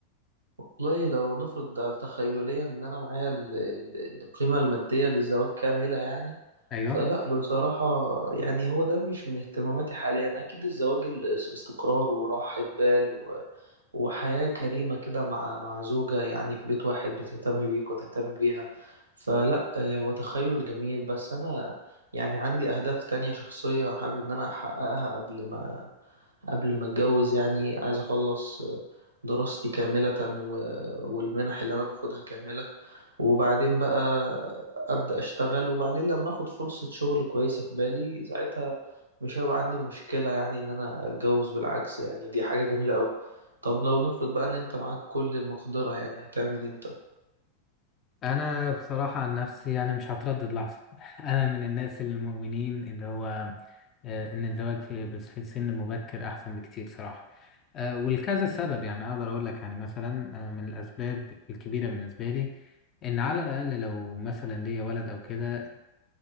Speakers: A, on the right; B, on the left.
A: والله لو نفرض ده تخيليا ان انا معايا ال- ال- القيمة المادية للزواج كاملة يعني
B: أيوه
A: فلا بصراحة يعني هو ده مش من اهتماماتي حاليا اكيد الزواج الاس- استقرار وراحة بال و- وحياة كريمة كده مع مع زوجة يعني في بيت واحد بتهتم بيك وتهتم بيها فلا آه، هو تخيل جميل بس انا يعني عندي اهداف تانية شخصية حابب ان انا احققها قبل ما قبل ما اتجوز يعني عايز اخلص دراستي كاملة و... والمنح اللي انا باخدها كاملة وبعدين بقى ابدأ اشتغل وبعدين لما اخد فرصة شغل كويسة في بالي ساعتها مش هيبقى عندي مشكلة يعني ان انا اتجوز بالعكس يعني دي حاجة جميلة قوي طب لو نفرض بقى ان انت معاك كل المقدرة يعني هتعمل ايه انت
B: انا بصراحه عن نفسي يعني مش هتردد لحظه <laughs> انا من الناس المؤمنين اللي هو آه، ان الزواج في بس في سن مبكر احسن بكتير صراحه آه، ولكذا سبب يعني اقدر اقول لك يعني مثلا آه، من الاسباب الكبيره بالنسبه لي ان على الاقل لو مثلا ليا ولد او كده